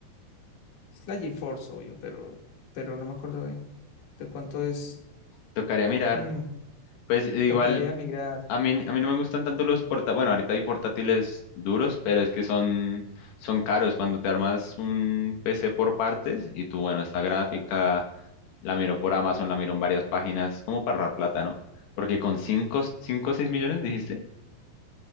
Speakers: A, on the left (about 55°); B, on the left (about 80°).
A: Es la GeForce, obvio, pero, pero no me acuerdo de, de cuánto es.
B: Tocaría mirar.
A: Mm,
B: Pues igual,
A: tocaría mirar.
B: a mí, a mí no me gustan tanto los portátiles. Bueno, ahorita hay portátiles duros, pero es que son, son caros. Cuando te armas un PC por partes y tú, bueno, esta gráfica la miro por Amazon, la miro en varias páginas, como para ahorrar plata, ¿no? Porque con cinco cinco o 6 millones, dijiste,